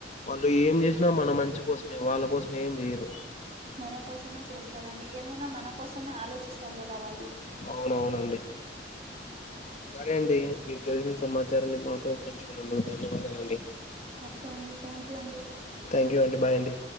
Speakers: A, on the left; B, on the right.
A: వాళ్ళు ఏం జేస్నా మన మంచి కోస్మే వాళ్ళ కోస్మే ఏం జెయ్యరు
B: మన కోసమే చేస్తారండి ఏమున్నా మన కోస్మే ఆలోచిస్తారు కదా వాళ్ళు
A: అవునవునండి సరే అండి మీక్ తెల్సిన సమాచారాన్ని మాతో పంచుకునందుక్ ధన్యవాదాలండి
B: ఓకే అండి థ్యాంక్ యూ అండి
A: థాంక్యూ యు అండి బాయ్ అండి